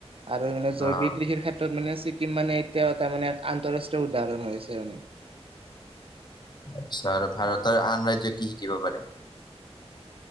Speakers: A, on the right (about 55°); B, on the left (about 40°).
A: আৰু মানে জৈৱিক
B: অ
A: কৃষিৰ ক্ষেত্ৰত মানে ছিকিম মানে এতিয়াও এটা মানে আন্তৰাষ্ট্ৰীয় উদাহৰণ হৈ আছে মানে
B: আচ্ছা আৰু ভাৰতৰ আন ৰাজ্য কি শিকিব পাৰে